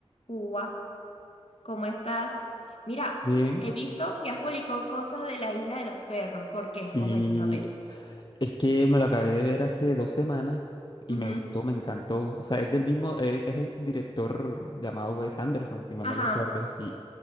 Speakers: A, on the left (about 65°); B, on the left (about 45°).
A: Uva, ¿cómo estás? Mira,
B: Bien,
A: he visto que has publicado cosas de la isla de los perros. ¿Por qué?
B: sí,
A: Coméntame.
B: es que me lo acabé de ver hace dos semanas y
A: Ujú.
B: me gustó, me encantó. O sea, es del mismo, eh, es el director llamado Wes Anderson, si mal
A: Ajá.
B: no lo recuerdo. Sí,